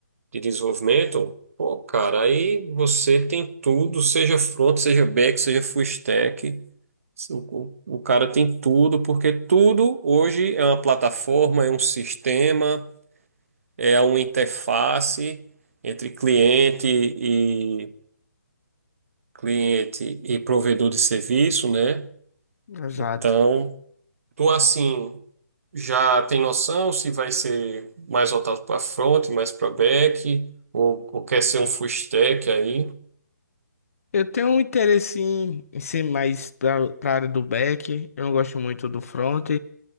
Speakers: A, on the right; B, on the left.
A: de desenvolvimento, pô, cara, aí você tem tudo, seja front, seja back, seja full stack. O, o cara tem tudo, porque tudo hoje é uma plataforma, é um sistema, é uma interface entre cliente e cliente e provedor de serviço, né?
B: Exato.
A: Então, tu assim já tem noção se vai ser mais voltado para front, mais para back, ou, ou quer ser um full stack aí?
B: Eu tenho um interesse em, em ser mais para a área do back. Eu não gosto muito do front.